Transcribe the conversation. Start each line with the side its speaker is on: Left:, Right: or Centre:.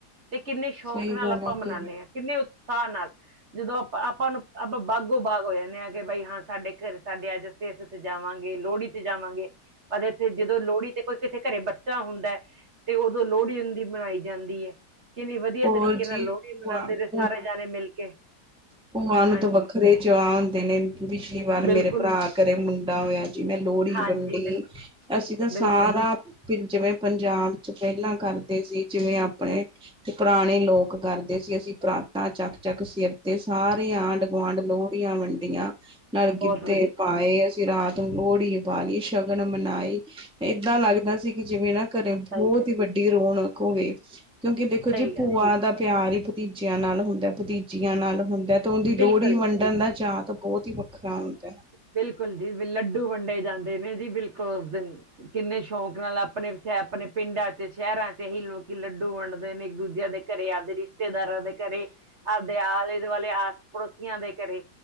Right: ਤੇ ਕਿੰਨੇ, ਸ਼ੌਕ
Centre: ਸਹੀ
Right: ਨਾਲ
Centre: ਗੱਲ
Right: ਆਪਾਂ
Centre: ਹੈ
Right: ਮਨਾਦੇ
Centre: ਕਿ
Right: ਹਾਂ ਕਿੰਨੇ ਉਤਸ਼ਾਹ ਨਾਲ, ਜਦੋਂ ਅਪਾ ਆਪਾਂ ਨੂੰ, ਆਪਾਂ ਬਾਗੋ- ਬਾਗ ਹੋ ਜਾਂਦੇ ਹਾਂ ਕਿ ਬਈ ਹਾਂ ਸਾਡੇ ਘਰ, ਸਾਡੇ ਅੱਜ ਅਸੀਂ ਇਹਦੇ ਤੇ ਜਾਵਾਂਗੇ, ਲੋਹੜੀ ਤੇ ਜਾਵਾਂਗੇ, ਪਰ ਇੱਥੇ ਜਦੋਂ ਲੋਹੜੀ ਤੇ ਕੋਈ ਕਿਸੇ ਘਰੇ ਬੱਚਾ ਹੁੰਦਾ, ਤੇ ਉਦੋਂ ਲੋਹੜੀ ਹੁੰਦੀ ਮਨਾਈ ਜਾਂਦੀ ਹੈ ਕਿੰਨੀ ਵਧੀਆ
Centre: ਹੋਰ
Right: ਤਰੀਕੇ
Centre: ਜੀ
Right: ਨਾਲ, ਲੋਹੜੀ
Centre: ਭੂਆ
Right: ਮਨਾਉਂਦੇ ਨੇ
Centre: ਭੂ
Right: ਸਾਰੇ ਜਾਣੇ ਮਿਲ ਕੇ
Centre: ਭੂਆ ਨੂੰ
Right: ਹਾਂਜੀ
Centre: ਤਾਂ, ਵੱਖਰੇ ਚਾਅ ਹੁੰਦੇ ਨੇ ਪਿਛਲੀ ਵਾਰ
Right: ਬਿਲਕੁਲ
Centre: ਮੇਰੇ ਭਰਾ ਕਰੇ ਮੁੰਡਾ ਹੋਇਆ ਜੀ, ਮੈਂ ਲੋਹੜੀ
Right: ਹਾਂਜੀ
Centre: ਵੰਡੀ
Right: ਬਿਲਕੁਲ
Centre: ਅਸੀਂ ਤਾਂ ਸਾਰਾ
Right: ਬਿਲਕੁਲ
Centre: ਫਿਰ, ਜਿਵੇਂ ਪੰਜਾਬ 'ਚ ਪਹਿਲਾਂ ਕਰਦੇ ਸੀ, ਜਿਵੇਂ ਆਪਣੇ ਤੇ ਪੁਰਾਣੇ ਲੋਕ ਕਰਦੇ ਸੀ, ਅਸੀਂ ਪਰਾਤਾਂ ਚੱਕ-ਚੱਕ ਸਿਰ ਤੇ ਸਾਰੇ ਆਂਢ ਗੁਆਂਢ, ਲੋਹੜੀਆਂ ਵੰਡੀਆਂ ਨਾਲੇ
Right: ਬਹੁਤ
Centre: ਗਿੱਧੇ
Right: ਵਧੀਆ
Centre: ਪਾਏ,
Right: ਗੱਲ ਹੈ
Centre: ਅਸੀਂ ਰਾਤ ਨੂੰ
Right: ਜੀ,
Centre: ਲੋਹੜੀ ਬਾਲੀ, ਸ਼ਗਨ ਮਨਾਈ, ਏਦਾਂ ਲੱਗਦਾ ਸੀ ਕਿ ਜਿਵੇਂ ਨਾ ਘਰੇ
Right: ਸਹੀ
Centre: ਬਹੁਤ
Right: ਗੱਲ
Centre: ਹੀ ਵੱ ਰੌਣਕ ਹੋਵੇ, ਕਿਉਂਕਿ ਦੇਖੋ
Right: ਸਹੀ
Centre: ਜੀ ਭੂਆਂ
Right: ਗੱਲ
Centre: ਦਾ ਪਿਆਰ ਹੀ, ਭਤੀਜਿਆਂ ਨਾਲ ਹੁੰਦਾ, ਭਤੀਜੀ ਨਾਲ ਹੁੰਦਾ ਹੈ, ਤੇ ਉਹਦੀ ਲੋਹੜੀ
Right: ਬਿਲਕੁਲ ਜੀ
Centre: ਵੰਡਣ ਦਾ ਚਾਅ ਤਾਂ, ਬਹੁਤ ਹੀ ਵੱਖਰਾ ਹੁੰਦਾ ਹੈ।
Right: ਬਿਲਕੁੱਲ ਜੀ, ਲੱਡੂ ਵੰਡੇ ਜਾਂਦੇ ਨੇ ਜੀ ਬਿਲਕੁੱਲ, ਉਸ ਦਿਨ। ਕਿੰਨੇ ਸ਼ੌਕ ਨਾਲ ਆਪਣੇ ਸ਼ਹ, ਆਪਣੇ ਪਿੰਡਾਂ 'ਚ ਸ਼ਹਿਰਾਂ 'ਚ ਹੀ ਲੋਕੀ ਲੱਡੂ ਵੰਡਦੇ ਨੇ, ਇੱਕ ਦੂਜਿਆਂ ਦੇ ਘਰੇ, ਆਵਦੇ ਰਿਸ਼ਤੇਦਾਰਾਂ ਦੇ ਘਰੇ ਆਪਦੇ ਆਲੇ-ਦੁਆਲੇ, ਆਸ ਪੜੋਸੀਆਂ ਦੇ ਘਰੇ,